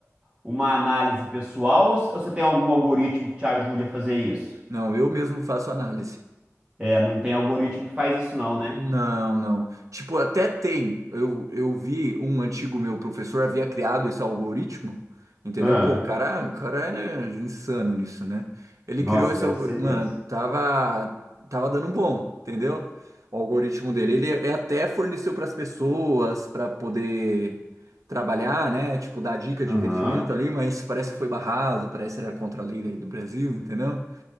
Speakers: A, on the right; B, on the right.
A: uma análise pessoal ou c- ou você tem algum algoritmo que te ajude a fazer isso?
B: não, eu mesmo faço análise.
A: É, não tem algoritmo que faz isso não, né?
B: Não, não. Tipo, até tem. Eu, eu vi um antigo meu professor havia criado esse algoritmo, entendeu?
A: Ah,
B: Pô, o cara, o cara era insano nisso, né? Ele
A: nossa,
B: criou esse
A: deve
B: algoritmo.
A: ser mesmo.
B: Mano, tava, tava dando bom, entendeu? O algoritmo dele. Ele é- até forneceu para as pessoas para poder trabalhar, né? Tipo, dar dica
A: Aham.
B: de investimento ali, mas parece que foi barrado, parece que era contra a lei aí do Brasil, entendeu?